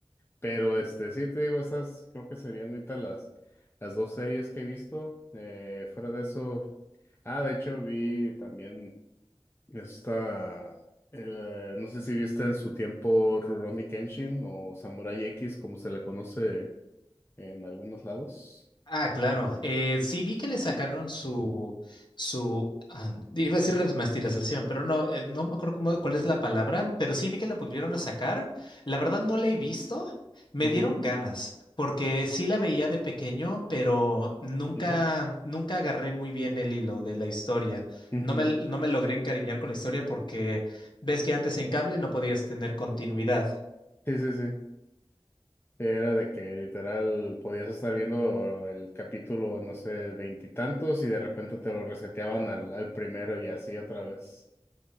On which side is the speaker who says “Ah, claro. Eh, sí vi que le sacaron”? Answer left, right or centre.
Left